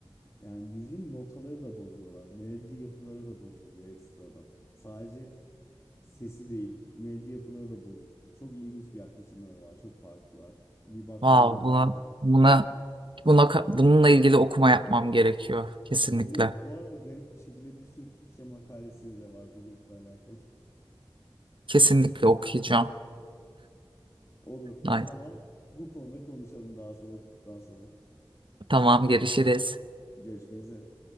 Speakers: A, on the left; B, on the right.
A: Yani müziğin notaları da bozuyorlar. Melodi yapıları da bozuluyor ekstradan. Sadece sesi değil, melodi yapıları da bozuk. Çok ilginç bir yaklaşımları var. Çok farklılar. Bir bakmanı
B: Wow,
A: öneririm.
B: buna buna buna ka- bununla ilgili okuma yapmam gerekiyor
A: <laughs>
B: kesinlikle.
A: Olur. Bu arada garip bir şekilde bir sürü Türkçe makalesi bile var bu grupla alakalı.
B: Kesinlikle okuyacağım.
A: <laughs> Olur. O
B: Ay,
A: zaman bu konuda konuşalım daha sonra, daha sonra.
B: tamam görüşürüz.
A: Görüşmek üzere.